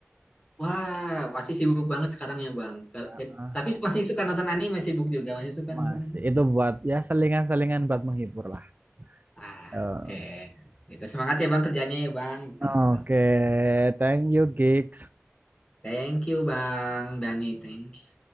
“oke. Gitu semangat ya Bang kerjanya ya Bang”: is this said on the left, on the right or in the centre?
Left